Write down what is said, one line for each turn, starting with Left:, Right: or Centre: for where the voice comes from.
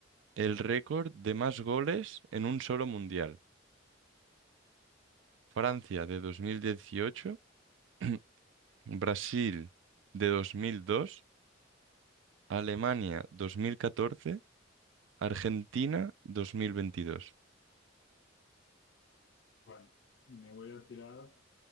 Right: el récord de más goles en un solo mundial? Francia de 2018, <clears throat> Brasil de 2002, Alemania 2014, Argentina 2022.
Left: Bueno, me voy a tirar.